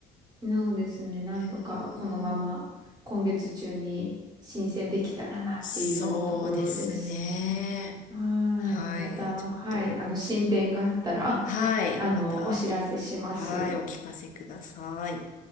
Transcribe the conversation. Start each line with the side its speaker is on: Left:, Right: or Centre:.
Right: なのですね、なんとかこのまま今月中に申請できたらなっていうところです。
Left: へえ。そうですね。
Right: はーい。
Left: はい。
Right: また、
Left: ちょっと。
Right: はい。あの、進展があったら、
Left: はい。
Right: あの、
Left: また、
Right: お知らせします。
Left: はい。お聞かせください。